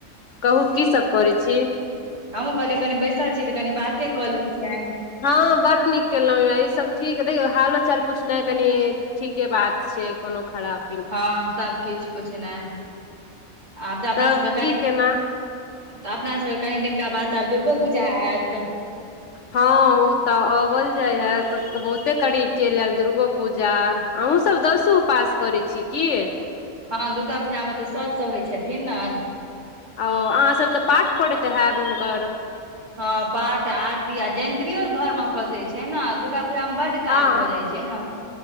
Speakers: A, on the left; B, on the right.
A: कहू की सब करै छी
B: हमूँ कहलियै कनी बैसल छीयै तऽ कनी बाते कऽ लै छियनि
A: हँं बड नीक केलौं या इ सब ठीक देखियौ हालो चाल पूछनाए कनी ठीके बात छैय कोनो खराप
B: हँ सबकिछ पुछनाइ आब तऽ अमरा
A: तब
B: सबके
A: की
B: कनि
A: केना
B: तऽ अपना सबके कनि दिनका बाद आब त दुर्गो पूजा एत
A: हँ ओ तऽ अबल जाय या बहुते करीब चैल आयल दुर्गो पूजा अहु सब दसो उपास करै छीयै की
B: हँ दुर्गा पूजा मे तऽ सब सहै छथिन न
A: ओ अहाँसब तऽ पाठ करैत हैब हुनकर
B: हँ पाठ आरती आ जंयत्रीयो घर म खसै छैय न दुर्गा पूजा मे बड्ड काज
A: हँ
B: भ जाइ छैय न